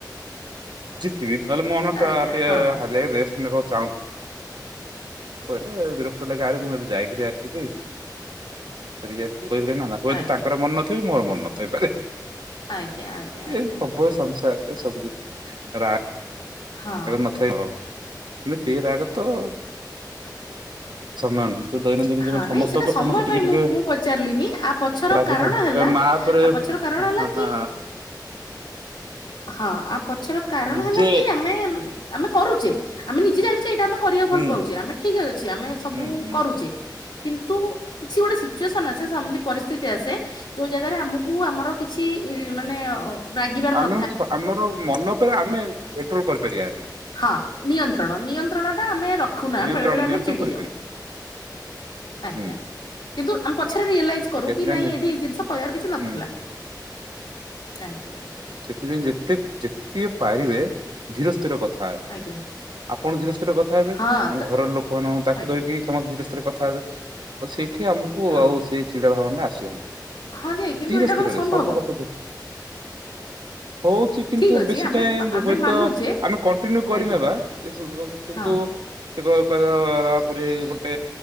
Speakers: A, on the right; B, on the left.
A: ଜଥିବିଲେ ମନ ଟା
B: ଆଜ୍ଞା
A: ଟି
B: ହଁ
A: ରେଷ୍ଟ ନେବାକୁ ଚାହୁଁଥିଲି। କ କହିଲେ ବିରକ୍ତ ଲାଗି ଆରେ ମୁଁ ଏ ଯାଇକରି ଆସିିଇ କହିଥିଲି ନା। ହୁଏତ
B: ଆଜ୍ଞା
A: ତାଙ୍କର ମନ ନଥିବ ମୋର ମନ ନଥିବ ପାରେ
B: ଆଜ୍ଞା ଆଜ୍ଞା ଆଜ୍ଞା।
A: ଏ ହବ ସଂସାର। ଏ ସବୁ କିଛି ରା
B: ହଁ
A: ନଥାଏ ହ କିନ୍ତୁ ସେ ରାଗ ତ ଆଉ
B: ସେ ରାଗତ ଆଉ
A: ନୁହେଁ। ଦୈନନ୍ଦିନ ଜୀବନ
B: ହଁ
A: ସମସ୍ତ
B: ନାଇଁ ସେଟା
A: ଉପରେ
B: ସମୟ
A: ସମସ୍ତେ ଟିକେ
B: ପାଇଁ
A: ଟିକେ
B: ମୁଁ ମୁଁ ପଚାରିଲିନି ଆ ପଛର
A: ରାଗିଥାନ୍ତି
B: କାରଣ ହେଲା
A: ମା ଉପରେ
B: ଆ ପଛର କାରଣ ହେଲା
A: ହଁ
B: କି
A: ହଁ
B: ହଁ ଆ ପଛର କାରଣ
A: ନିଜେ
B: ହେଲା କି ଆମେ ଆମେ କରୁଛେ ଆମେ ନିଜେ ଜାଣିଛେ ଏଇଟା ଆମେ କରିବାକୁ ଭଲ
A: ହୁଁ
B: ପାଉଛେ ଆମେ ଠିକ୍ ଅଛି ଆମେ ସବୁ
A: ହୁଁ ହୁଁ
B: କରୁଚେ। କିନ୍ତୁ କିଛି ଗୋଟେ ସିଚୁଏସନ ଆସେ ସେମତି ପରିସ୍ଥିତି ଆସେ। ଯୋଉ ଜାଗାରେ ଆମକୁ ଆମର କିଛି ମାନେ ରାଗିବାର
A: ଆମେ
B: ନ
A: ଆମର ମନ ଉପରେ ଆମେ କଣ୍ଟ୍ରୋଲ କରିପାରିବାାନି।
B: ହଁ ନିୟନ୍ତ୍ରଣ ନିୟନ୍ତ୍ରଣ ଟା ଆମେ ରଖୁନା
A: ନିୟନ୍ତ୍ରଣ
B: ବେଳେ ବେଳେ ଆମେ
A: ନିୟନ୍ତ୍ରଣ
B: ଚିଡି
A: କରିପାରିବା।
B: ଯାଉ। ଆଜ୍ଞା
A: ହୁଁ
B: କିନ୍ତୁ ଆମେ ପଛରେ ରିଅଲାଇଜ୍ କରୁ
A: ଛୋଟିଆ
B: କି
A: ପିଲା
B: ନାଇଁ ଏଇଠି ଜିନିଷ କହିବାର କିଛି
A: ହୁଁ
B: ନଥିଲା। ଆଜ୍ଞା।
A: ସେଥିପାଇଁ ଯେତେ ଯେତିକି ପାରିବେ ଧିର ସ୍ଥିର କଥା। ହେବେ
B: ଆଜ୍ଞା।
A: ଆପଣ ଧୀରେ ସ୍ଥିୀରେ କଥା ହେବେ
B: ହଁ
A: ଆମ
B: ସେ
A: ଘରର ଲୋକ ମଙ୍କୁ ତାକୁ
B: ଆଜ୍ଞା
A: ଧରିକି ସମସ୍ତେ ଧୀରେ ସ୍ଥିରେ କଥା ହେବେ।। ସେଇଠି ଆମକୁ
B: ହଁ
A: ଆଉ ସେ ଚିଡ଼ା ଭାବନରେ ଆସିବ ନାିଁ
B: ହଁ ଯେ କିନ୍ତୁ
A: ଧ୍ଵର
B: ଏଇଟା
A: ସ୍ଥିରରେ
B: କଣ ସମ୍ଭବ
A: ସବୁ କଥା ଧିରେ। ହଉଛି କିନ୍ତୁ
B: ଠିକ୍ ଅଛି
A: ବେଶୀ
B: ଆମେ
A: ଟାଇମ
B: ଆମେ
A: ହୁଏତ
B: ମାନୁଛେ
A: ଆମେ କଣ୍ଟିନ୍ୟୁ କରିନେବା
B: ଆଜ୍ଞା
A: ଏସବୁ କିନ୍ତୁ
B: ହଁ
A: <unintelligible> ଗୋଟେ